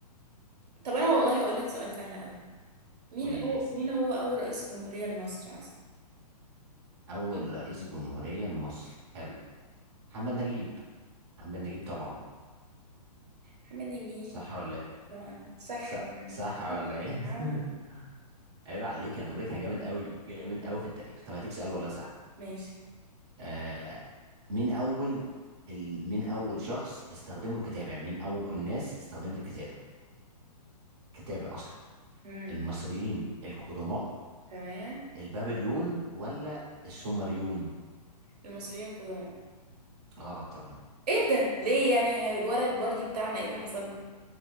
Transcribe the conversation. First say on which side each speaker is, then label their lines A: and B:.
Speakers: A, on the right (about 70°); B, on the right (about 40°).
A: طب انا والله هقول لك سؤال سهل قوي مين
B: قولي
A: أو...
B: لي يس
A: مين هو اول رئيس جمهورية لمصر اصلا
B: أول رئيس جمهورية لمصر حلو محمد نجيب محمد نجيب طبعا
A: محمد نجيب
B: صح ولا إيه؟
A: طبعا صح
B: ص-
A: يعني
B: صح ولا
A: صح
B: إيه؟
A: يا عم
B: <laughs> عيب عليك أنا بقول لك أنا جامد أوي جامد أوي في التاريخ طب هديك سؤال والله سهل
A: ماشي
B: آه مين أول ال... مين أول شخص استخدموا الكتابة يعني مين أول ناس استخدمت الكتابة كتابة أصلا
A: امم
B: المصريين القدماء
A: تمام
B: البابليون ولا السومريون
A: المصريين القدماء
B: غلط طبعا
A: ايه ده ليه يعني يا هاي الورق البردي بتاعنا ايه اللي حصل لك